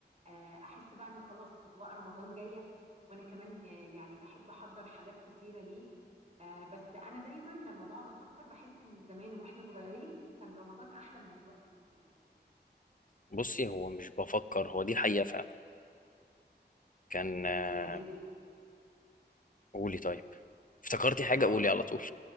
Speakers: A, on the right (about 40°); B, on the left (about 50°).
A: آه، احس بقى ان خلاص اجواء رمضان جايه وانا كمان آه، يعني بحب احضر حاجات كتيره ليه آه، بس انا دايما لما بقعد افكر بحس ان زمان واحنا صغيرين كان رمضان احلى من دلوقتي بكتير
B: بصي هو مش بفكر هو دي حقيقة فعلا كان آه،
A: آه، هي
B: قولي طيب افتكرتي
A: كنت
B: حاجة
A: هقول
B: قولي على طول